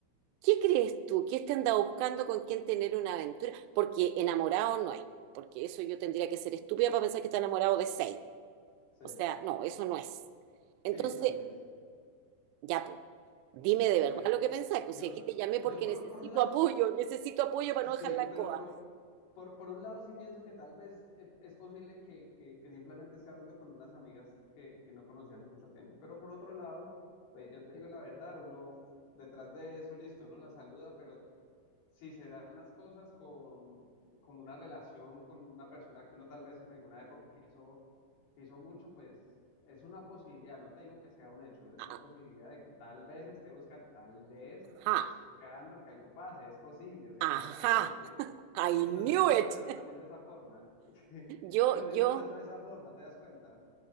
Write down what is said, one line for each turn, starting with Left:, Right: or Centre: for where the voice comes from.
Right: ¿Qué crees tú? ¿Qué te anda buscando con quién tener una aventura? Porque enamorado no es, porque eso yo tendría que ser estúpida para pensar que está enamorado de seis.
Left: Sí,
Right: O sea, no, eso no es. Entonces,
Left: sí, tal vez.
Right: ya pues, dime de verdad
Left: Bueno,
Right: lo que pensás,
Left: yo,
Right: pues si aquí te llamé porque
Left: yo por,
Right: necesito
Left: por un lado
Right: apoyo,
Left: sí,
Right: necesito apoyo para
Left: sí,
Right: no dejar la
Left: pero
Right: coa.
Left: por, por, por un lado sí pienso que tal vez eh, es posible que, que, que simplemente esté hablando con unas amigas que, que no conocí hace mucho tiempo, pero por otro lado, pues yo te digo la verdad, uno detrás de eso, listo, uno la saluda, pero si se dan las cosas con, con una relación con una persona que uno tal vez en alguna época quiso Si son muchos, pues es una posibilidad, no te digo que sea un hecho, es
Right: Ah,
Left: una posibilidad de que tal vez esté buscando, tal vez esté
Right: Ajá,
Left: buscando que algo pase, es posible, o sea,
Right: ajá,
Left: no quiero decir,
Right: <laughs> I
Left: entonces
Right: knew
Left: debes
Right: it.
Left: pensarlo también de esa forma, <laughs> sí,
Right: Yo,
Left: pero debes
Right: yo,
Left: pensarlo de esa forma, ¿te das cuenta?